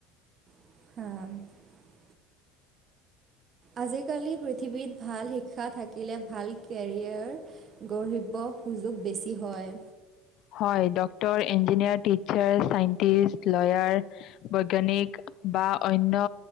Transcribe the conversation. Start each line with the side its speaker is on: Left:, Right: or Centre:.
Right: <unintelligible> আজিকালি পৃথিৱীত ভাল শিক্ষা থাকিলে ভাল কেৰিয়াৰ গঢ়িব সুযোগ বেছি হয়।
Left: হয়, doctor, engineer, teacher, scientist, lawyer বৈজ্ঞানিক বা অন্য